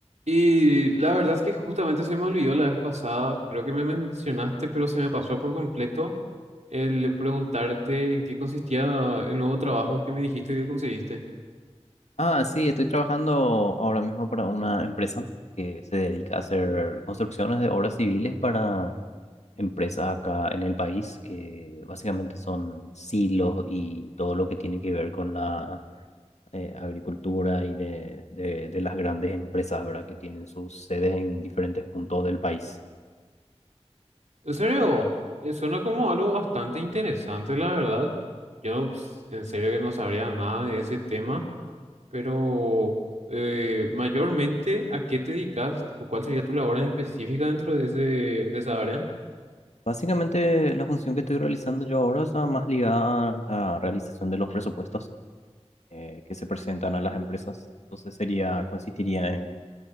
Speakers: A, on the right; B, on the left.
A: Y la verdad que justamente se me olvidó la vez pasada, creo que me mencionaste, pero se me pasó por completo el preguntarte en qué consistía el nuevo trabajo que me dijiste que conseguiste.
B: Ah, sí, estoy trabajando ahora mismo para una empresa que se dedica a hacer construcciones de obras civiles para empresas acá en el país, que básicamente son silos y todo lo que tiene que ver con la eh, agricultura y de, de, de las grandes empresas, ¿verdad? Que tienen sus sedes en diferentes puntos del país.
A: En serio, Eh, suena como algo bastante interesante, la verdad. Yo ps, en serio que no sabría nada de ese tema, pero eh, mayormente, ¿a qué te dedicas? Tipo, ¿cuál sería tu labor en específica dentro de ese, de esa área?
B: Básicamente la función que estoy realizando yo ahora está más ligada a la realización de los presupuestos eh, que se presentan a las empresas. Entonces sería, consistiría en